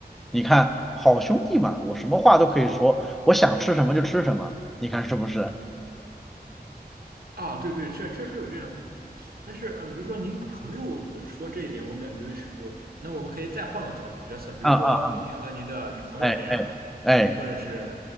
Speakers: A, in the centre; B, on the right.
A: 你看好兄弟嘛，我什么话都可以说，我想吃什么就吃什么，你看是不是？
B: 啊，对对，确确实有这样的。但是呃，比如说您朋友说这一点，我感觉是不，那我们可以再换个角角色，比如说您和您的女朋友这样，
A: 啊啊哎哎哎，
B: 或者是